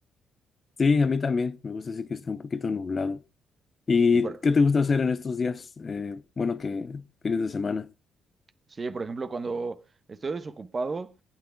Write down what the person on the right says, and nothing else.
Y por,
Sí, por ejemplo, cuando estoy desocupado,